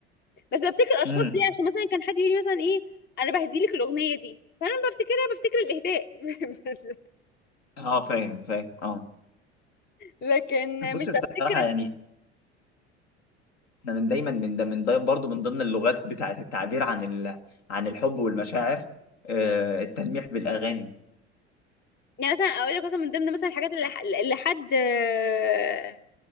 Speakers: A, on the left; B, on the left.
A: بس بفتكر اشخاص
B: امم
A: ليه عشان مثلا كان حد يقول لي مثلا ايه انا بهدي لك الاغنيه دي فانا لما بفتكرها بفتكر الاهداء <laughs> بس
B: اه فاهم فاهم اه
A: لكن
B: بص
A: مش بفتكر
B: الصراحه يعني احنا من دايما من ده من ده برضه من ضمن اللغات بتاعه التعبير عن ال... عن الحب والمشاعر آه التلميح بالاغاني
A: يعني مثلا اقول لك مثلا من ضمن مثلا الحاجات اللي ح- اللي حد آه،